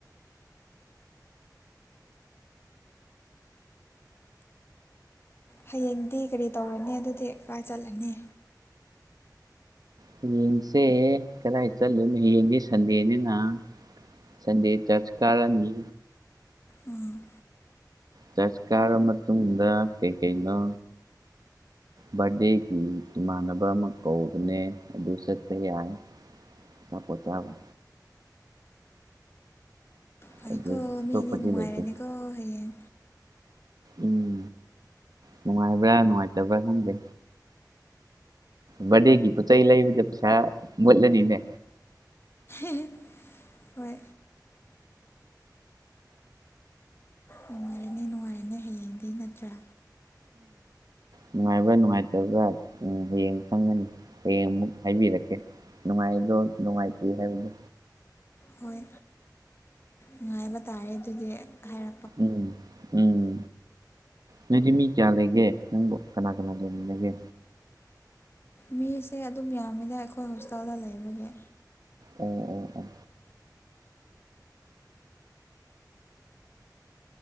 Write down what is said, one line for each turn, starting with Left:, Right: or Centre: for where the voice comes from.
Left: ꯍꯌꯦꯡꯗꯤ ꯀꯔꯤ ꯇꯧꯔꯅꯤ ꯑꯗꯨꯗꯤ ꯀꯥꯏ ꯆꯠꯂꯅꯤ
Right: ꯍꯌꯦꯡꯁꯦ ꯀꯗꯥꯏ ꯆꯠꯂꯨ ꯍꯌꯦꯡꯅꯦ ꯁꯟꯗꯦꯅꯤꯅ ꯁꯟꯗꯦ ꯆꯖ ꯀꯅꯤ
Left: ꯎꯝ
Right: ꯆꯠꯀꯥꯔ ꯃꯇꯨꯡꯗ ꯀꯩ ꯀꯩꯩꯅꯣ ꯕꯥꯔꯗꯦꯒꯤ ꯏꯃꯥꯟꯅꯕ ꯑꯃ ꯀꯧꯕꯅꯦ ꯑꯗꯨ ꯆꯄ ꯌꯥꯏ ꯃꯥ ꯄꯣ ꯆꯥꯕ
Left: ꯐꯩꯀꯣ
Right: ꯑꯗꯨꯗꯤ
Left: ꯃꯤꯗꯤ
Right: ꯊꯣꯄꯗꯤ
Left: ꯅꯨꯡꯉꯥꯏꯔꯅꯤꯀꯣ
Right: ꯂꯩꯇ
Left: ꯍꯌꯦꯡ
Right: ꯎꯝ ꯅꯨꯡꯉꯥꯏꯕ꯭ꯔ ꯅꯨꯡꯉꯥꯏꯇꯕ꯭ꯔ ꯈꯪꯗꯦ ꯕꯗꯦꯒꯤ ꯄꯣꯠ ꯆꯩ ꯂꯩꯕꯗ ꯄꯩꯁꯥ ꯃꯨꯠꯂꯅꯤꯅꯦ
Left: ꯍꯣꯏ ꯅꯨꯡꯉꯥꯏꯔꯅꯦꯅꯨꯡ ꯅꯠꯇ꯭ꯔꯥ
Right: ꯅꯨꯡꯉꯥꯏꯕ ꯅꯨꯡꯉꯥꯏꯇꯕ ꯎ ꯍꯌꯦꯡ ꯈꯪꯒꯅꯤ ꯍꯌꯦꯡ ꯑꯃꯨꯛ ꯍꯥꯏꯕꯤꯔꯛꯀꯦ ꯅꯨꯡꯉꯥꯏꯗꯣ ꯅꯨꯡꯉꯥꯏꯇꯦ ꯍꯥꯏꯕꯗꯣ
Left: ꯍꯣꯏ ꯅꯨꯡꯉꯥꯏꯕ ꯇꯥꯔꯦ ꯑꯗꯨꯗꯤ ꯍꯥꯏꯔꯛꯦ
Right: ꯎꯝ ꯎꯝ ꯅꯣꯏꯗꯤ ꯃꯤ ꯀꯌꯥ ꯂꯩꯒꯦ ꯅꯪꯕꯣ ꯀꯅꯥ ꯀꯅꯥ ꯂꯩꯃꯤꯂꯒꯦ
Left: ꯃꯤꯁꯦ ꯑꯗꯨꯝ ꯌꯥꯝꯃꯤꯅ ꯑꯩꯈꯣꯏ ꯍꯣꯁꯇꯦꯜꯗ ꯂꯩꯕꯒꯤ
Right: ꯑꯣ ꯑꯣ ꯑꯣ